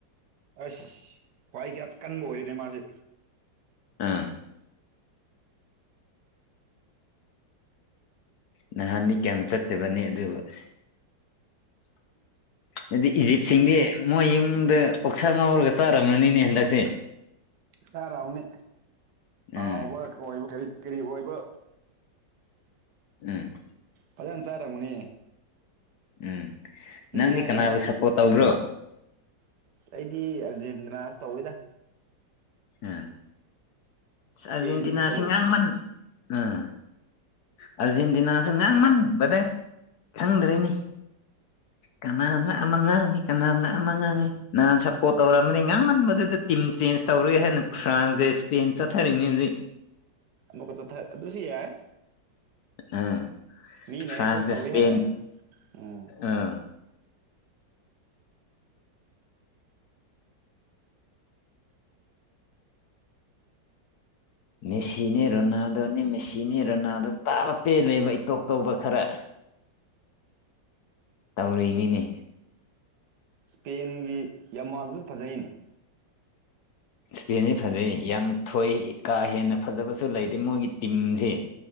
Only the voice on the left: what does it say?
ꯑꯥ ꯅꯍꯥꯟꯅꯤ ꯀꯌꯥꯝ ꯆꯠꯇꯕꯅꯤ ꯑꯗꯨ ꯑꯁ
ꯑꯗꯨꯗꯤ ꯏꯖꯤꯞꯁꯤꯡꯗꯤ ꯃꯣꯏ ꯌꯨꯝꯗ ꯑꯣꯛꯁꯥ ꯉꯧꯔꯒ ꯆꯥꯔꯝꯂꯅꯤꯅꯦ ꯍꯟꯗꯛꯁꯦ
ꯎꯝ
ꯎꯝ
ꯎꯝ ꯅꯪꯗꯤ
ꯀꯅꯥꯕꯨ
ꯁꯞꯄꯣꯔꯠ ꯇꯧꯕ꯭ꯔꯣ
ꯎꯝ
ꯑꯔꯖꯦꯟꯇꯤꯅꯥꯁꯤꯡꯉꯥꯡꯃꯟ
ꯑꯥ ꯑꯥꯔꯖꯦꯟꯇꯤꯅꯥꯁꯨ ꯉꯥꯡꯃꯟꯕꯗ ꯈꯪꯗ꯭ꯔꯔꯤꯅꯤ ꯀꯅꯥꯅ ꯑꯃ ꯉꯥꯡꯉꯤ ꯀꯅꯥꯅ ꯑꯃ ꯉꯥꯡꯉꯤ ꯅꯍꯥꯟ ꯁꯞꯄꯣꯔꯠ ꯇꯧꯔꯛꯑꯅꯤ ꯉꯥꯡꯃꯟꯕꯗꯨꯗ ꯇꯤꯝ ꯆꯦꯟꯖ ꯇꯧꯔꯣꯏ ꯍꯥꯏꯅ ꯐ꯭ꯔꯥꯟꯁꯒ ꯏꯁꯄꯦꯦꯟ ꯆ ꯊꯔꯔꯤꯅꯤꯖ
ꯎꯥ
ꯐ꯭ꯔꯥꯟꯁꯒ
ꯁꯄꯦꯟ
ꯑꯥ ꯃꯦꯁꯤꯅꯦ ꯔꯣꯅꯥꯗꯣꯅꯦ ꯃꯦꯁꯤꯅꯦ ꯔꯣꯅꯥꯗꯣ ꯇꯥꯕ ꯄꯦꯜꯂꯦꯕ ꯏꯇꯣꯛ ꯇꯧꯕ ꯈꯔ ꯇꯧꯔꯤꯅꯤꯅꯦ
ꯏꯁꯄꯤꯦꯟꯁꯤ ꯐꯖꯩ ꯌꯥꯝ ꯊꯣꯏ ꯀꯥ ꯍꯦꯟꯅ ꯐꯖꯕꯁꯨ ꯂꯩꯗꯦ ꯃꯣꯏꯒꯤ ꯇꯤꯝꯁꯤꯦ